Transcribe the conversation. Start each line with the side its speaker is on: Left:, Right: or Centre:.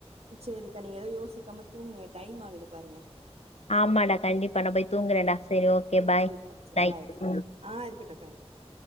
Right: சேரிக்கா நீ எதோ யோசிக்காம தூங்குங்க டைம் ஆகுது பாருங்க
Left: ஆமாடா கண்டிப்பா நா போய் தூங்குறேன்டா செரி ஓகே
Right: ம்.
Left: பாய்
Right: சரிக்கா.
Left: குட்
Right: சரி
Left: நைட்
Right: பாய்க்கா.
Left: ம்
Right: ஆ இருக்கட்டுக்கா இருக்கட்டுக்கா